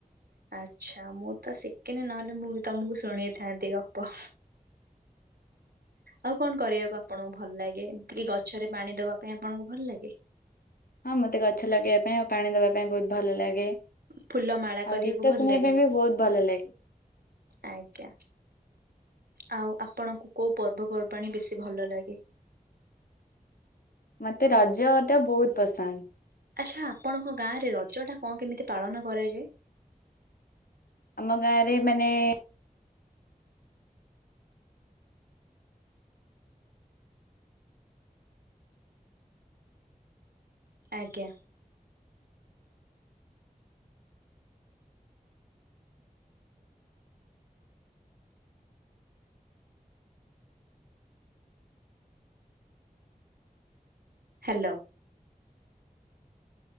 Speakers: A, on the right; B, on the left.
A: ଆଛା। ମୁଁ ତ ଶିଖିନି ନହେଲେ ମୁଁ ବି ତମକୁ ଶୁଣେଇଥାନ୍ତି ଗପ। ଆଉ କଣ କରିବାକୁ ଆପଣଙ୍କୁ ଭଲ ଲାଗେ? ଏଇ ଗଛରେ ପାଣି ଦବା ପାଇଁ ଆପଣଙ୍କୁ ଭଲ ଲାଗେ?
B: ହଁ ମତେ ଗଛ ଲଗେଇବା ପାଇଁ ଆଉ ପାଣି ଦବା ପାଇଁ ବହୁତ ଭଲ ଲାଗେ।
A: ଫୁଲ ମାଳା କରିବାକୁ
B: ଆଉ ଗୀତ
A: ଭଲ
B: ଶୁଣିବା
A: ଲାଗେ?
B: ପାଇଁ ବି ବହୁତ ଭଲ ଲାଗେ।
A: ଆଜ୍ଞା। ଆଉ ଆପଣଙ୍କୁ କୋଉ ପର୍ବ ପର୍ବାଣି ବେଶୀ ଭଲ ଲାଗେ?
B: ମତେ ରଜ ଟା ବହୁତ ପସନ୍ଦ।
A: ଆଚ୍ଛା ଆପଣଙ୍କ ଗାଁ ରେ ରଜ ଟା କଣ କେମିତି ପାଳନ କରାଯାଏ?
B: ଆମ ଗାଁରେ ମାନେ- -
A: ଆଜ୍ଞା। ହାଲୋ।